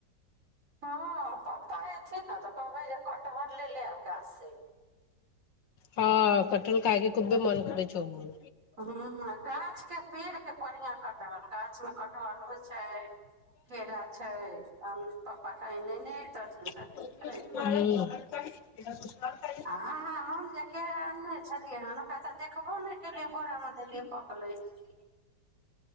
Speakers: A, on the right; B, on the left.
A: हां पप्पा एथिन नै तऽ कहबै जे कटहर ले ले आउ गाछ से।
B: हां कटहल खायके खुबे मोन करै छौ हमरो।
A: हां गाछके पेड़के बढ़िया कटहर गाछमे कटहर होइ छै। केरा छै, आम पप्पा कै नेने एतथिन
B: हूं।
A: तऽ ठीक रहितै आ हम जेे केरा अन ने छलियै हन, ओकरा तऽ देखबो नै केलियै बोरा में धेलियै पकले की कि।